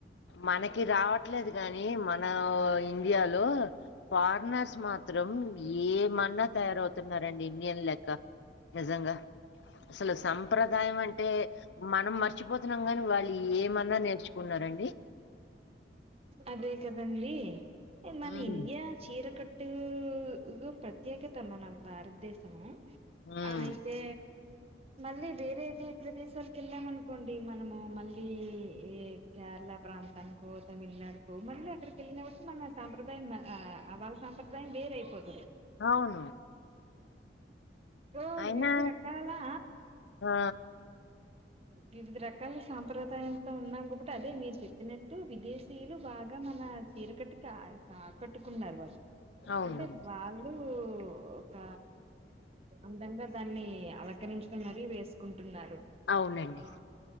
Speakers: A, on the left (about 75°); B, on the right (about 35°).
A: మనకి రావట్లేదు గాని మన ఇండియాలో పరినర్స్ మాత్రం ఏమన్నా తయారవుతున్నార అండి ఇండియన్ లెక్క నిజంగా అసలు సంప్ర దాయం అంటే మనం మర్చిపోతున్నాం గాని వాళ్ళు ఏమన్నా నేర్చుకున్నారండి
B: అదే కదండి మన
A: హ్మ్
B: ఇండియా చీర కట్ ట్టు ప్రత్యేకత మన భారతదేశము
A: హ్మ్
B: అయితే మళ్ళీ వేరేది ప్రదేశాలకు వెళ్ళాం అనుకోండి మనము మళ్ళీ ఈ కేరళ ప్రాంతానికో తమిళనాడు కో మళ్ళీ అక్కడికి వెళ్ళిన ఒకటి మన సాప్రదాయం వాళ్ళ సాంప్రదాయం వేరయిపోతుంది
A: అవును
B: ఓ
A: అయినా
B: వివిధరాకాలా
A: ఆ
B: వివిధ రకాల సాంప్రదాయాలతో ఉన్నాం కాబట్టి అదే మీరు చెప్పినట్టు విదేశ స్త్రీలు బాగా మన చీరకట్టు ఆకట్టుకున్నారు వాళ్ళు
A: అవునండి
B: అంటే వాళ్ళు ఒక అందంగా దాన్ని అలకరించడం మరీ వేసుకుంట ఉన్నారు
A: అవునండి
B: ఆ